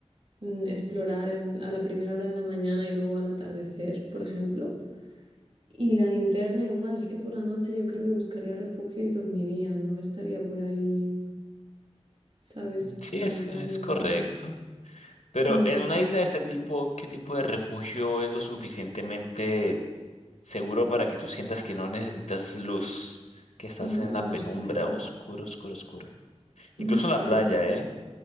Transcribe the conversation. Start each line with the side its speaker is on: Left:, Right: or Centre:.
Right: mm, explorar en- a la primera hora de la mañana y luego al atardecer, por ejemplo. Y la linterna igual, es que por la noche yo creo que buscaría refugio y dormiría, no estaría por ahí, ¿sabes?
Left: Sí,
Right: Campando.
Left: es, es correcto. Pero
Right: Mm,
Left: en una isla de este tipo, ¿qué tipo de refugio es lo suficientemente seguro para que tú sientas que no necesitas luz, que estás
Right: mm,
Left: en la penumbra,
Right: no sé,
Left: oscuro, oscuro, oscuro? Incluso
Right: no sé,
Left: en la playa,
Right: supo-
Left: ¿eh?